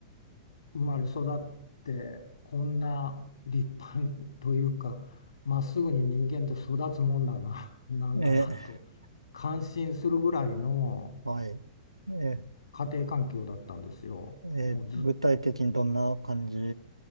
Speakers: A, on the left (about 75°); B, on the right (about 80°).
A: 生まれ育ってこんな立派というかまっすぐに人間って育つもんだな、<laughs> なんだなって
B: ええ。
A: 感心するぐらいの
B: はい。ええ。
A: 家庭環境だったんですよ。
B: ええ具体的にどんな感じ
A: もうず、